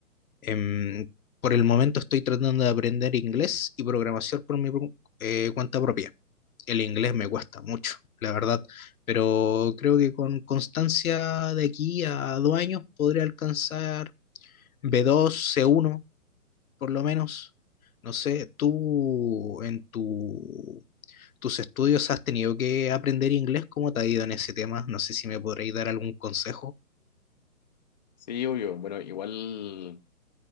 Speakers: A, on the left (about 70°); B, on the left (about 30°).
A: Em, por el momento estoy tratando de aprender inglés y programación por mi pro- eh, cuenta propia. El inglés me cuesta mucho, la verdad, pero creo que con constancia de aquí a dos años podré alcanzar b dos, c uno por lo menos, no sé, tú en tu, tus estudios has tenido que aprender inglés, ¿cómo te ha ido en ese tema? No sé si me podréis dar algún consejo.
B: Sí, obvio. Bueno, igual...